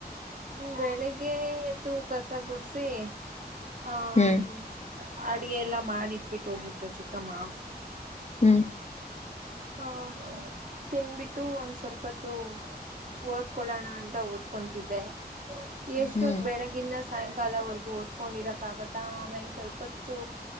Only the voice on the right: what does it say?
ಹ್ಮ ಬೆಳಿಗ್ಗೆ ಎ್ದು ಕಸ ಗುಡ್ಸಿ ಹ
<inaudible> ಅಡಗೆ ಎಲ್ಲಾ ಮಾಡಿಟ್ಬಿಟ್ಟು ಹೋಗಿದ್ರು ಚಿಕ್ಕಮ್ಮ
ಹ ತಿನ್ಬಿಟ್ಟು ಒಂದ್ ಸ್ವಲ್ಪತ್ತುೂ ಓದ್ಕೊಳ್ಳೋಣ ಅಂತ ಓದ್ಕೊತಿದ್ದೆ <inaudible> ಎಷ್ಟೊತ್
ಬೆಳಗ್ಗಿನ್ನದ <inaudible> ಸಾಯಂಕಾಲವರೆಗೂ ಓದ್ಕೊಂಡಿರಕ್ಕ ಆಗುತ್ತ ಆಮೇಲೆ ಸ್ವಲ್ಪ ಸ್ವಲ್ಪ ಹೊತ್ತು